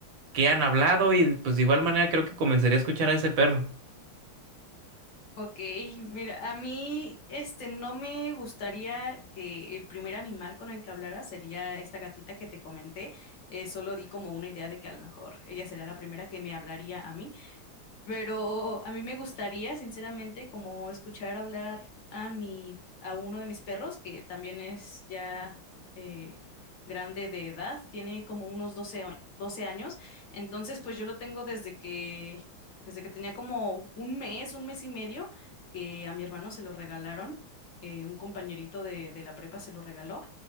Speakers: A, on the right; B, on the left.
A: qué han hablado y pues de igual manera creo que comenzaría a escuchar a ese perro.
B: Ok, mira, a mí este no me gustaría que el primer animal con el que hablara sería esta gatita que te comenté. eh, solo di como una idea de que a lo mejor ella sería la primera que me hablaría a mí, pero a mí me gustaría, sinceramente, como escuchar hablar a mi, a uno de mis perros, que también es ya eh, grande de edad, tiene como unos doce a- 12 años. Entonces, pues yo lo tengo desde que, desde que tenía como un mes, un mes y medio, que a mi hermano se lo regalaron. eh, un compañerito de, de la prepa se lo regaló